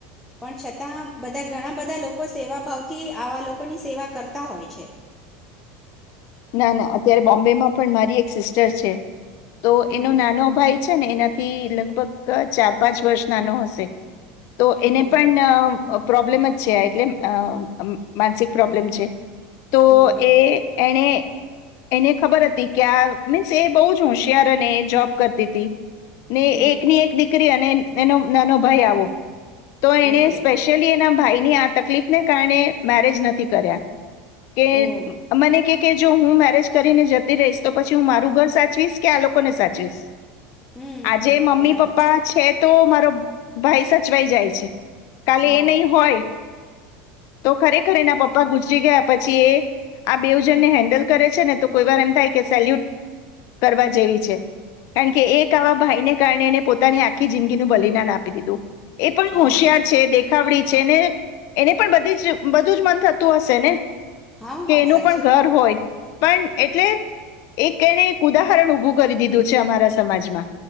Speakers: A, in the centre; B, on the left.
A: પણ છતાં બધા ઘણા બધા લોકો સેવાભાવથી આવા લોકોની સેવા કરતા હોય છે.
B: ના ના અત્યારે બોમ્બેમાં પણ મારી એક સિસ્ટર છે. તો
A: હમ
B: એનો નાનો ભાઈ છે ને એનાથી લગભગ ચાર પાંચ વર્ષ નાનો હશે. તો
A: હમ
B: એને
A: હમ
B: પણ પ્રોબ્લેમ જ છે એટલે અ અ માનસિક પ્રોબ્લેમ છે. તો
A: હમ
B: એ એને એને ખબર હતી કે આ મીન્સ એ બહુ જ હોશિયાર અને જોબ કરતી હતી. ને
A: હમ
B: એકની એક દીકરી અને એનો નાનો ભાઈ આવો તો એને
A: ઓકે
B: સ્પેશિયલી એના ભાઈ ની આ તકલીફને કારણે મેરેજ નથી કર્યા. કે
A: ઓ
B: મને કે કે જો હું મેરેજ કરીને જતી રહીશ તો પછી હું મારું ઘર સાચવીશ કે આ લોકોને સાચવીશ.
A: હમ
B: આજે
A: હમ
B: મમ્મી
A: બરાબર
B: પપ્પા છે તો મારો ભાઈ સાથ <unintelligible> જાય છે કાલે
A: હા
B: એ નય હોય તો ખરેખર એના પપ્પા ગુજરી ગયા પછી એ આ બેઉ જને હેન્ડલ કરે છે ને તો કોઈ વાર એમ થાય કે સેલ્યુટ કરવા જેવી છે કારણ કે એક આવા ભાઈને કારણે એને પોતાની આખી જિંદગીનું બલિદાન આપી દીધું. એ પણ
A: હા
B: હોશિયાર
A: હા
B: છે દેખાવડી છે. ને એને પણ બધી જ બધું જ મન થતું હશે ને.
A: હા હા
B: કે એનું
A: સા
B: પણ ઘર હોય પણ એટલે એક એને એક ઉદાહરણ ઊભું કરી દીધું છે અમારા સમાજમાં.